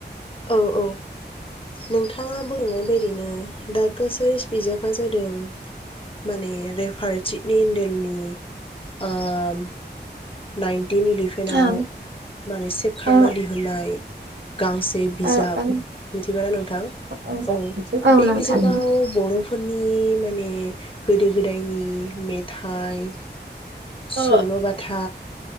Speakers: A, on the left; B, on the right.
A: औ औ नोंथाङा बुंनाय बायदिनो दा कासारिस बिजाबा जादों माने रेफार चिटनि एडेलनि ओम नाइन दिन इलिफेनाव
B: ओं
A: माने सेबखांना
B: ओ
A: दिहुननाय गांसे बिजाब
B: ओ ओ
A: मिथिबाना नोंथां
B: ओ
A: औ
B: औ
A: बे
B: नोंथां।
A: बिजाबाव बर'फोरनि माने गोदो गोद दैनि मेथाइ सल'
B: औ
A: बाथा